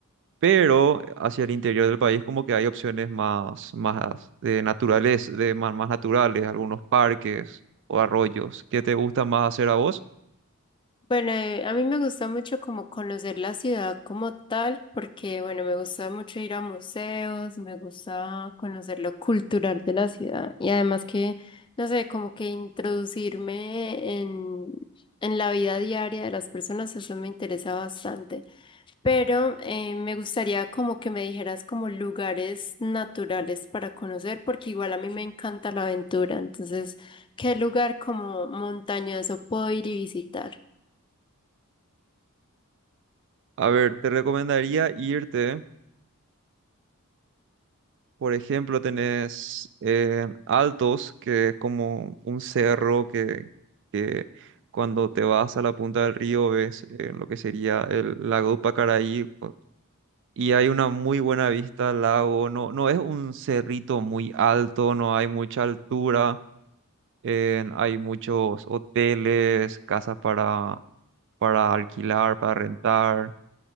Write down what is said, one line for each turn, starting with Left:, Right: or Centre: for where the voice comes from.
Right: pero hacia el interior del país como que hay opciones más, más de naturales, de más, más naturales, algunos parques o arroyos. ¿Qué te gusta más hacer a vos?
Left: Bueno, eh, a mí me gusta mucho como conocer la ciudad como tal, porque bueno, me gusta mucho ir a museos, me gusta conocer lo cultural de la ciudad y además que, no sé, como que introducirme en, en la vida diaria de las personas, eso me interesa bastante. Pero eh, me gustaría como que me dijeras como lugares naturales para conocer, porque igual a mí me encanta la aventura, entonces, ¿qué lugar como montañoso puedo ir y visitar?
Right: A ver, te recomendaría irte, por ejemplo, tenés en Altos, que es como un cerro que, que cuando te vas a la punta del río ves eh, lo que sería el lago de Pacaraí, o- y hay una muy buena vista al lago, no, no es un cerrito muy alto, no hay mucha altura, Eh, hay muchos hoteles, casas para, para alquilar, para rentar.